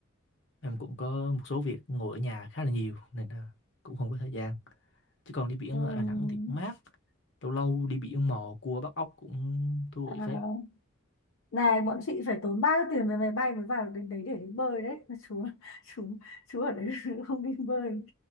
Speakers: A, on the left; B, on the left.
A: em cũng có một số việc ngồi ở nhà khá là nhiều nên là cũng không có thời gian chứ còn đi biển
B: ừm,
A: ở Đà Nẵng thì cũng mát lâu lâu đi biển mò cua bắt ốc cũng thú
B: à.
A: vị phết
B: này bọn chị phải tốn bao nhiêu tiền về máy bay mới vào đến đấy để đi bơi đấy mà chú <laughs> chú chú ở đấy <laughs> không đi bơi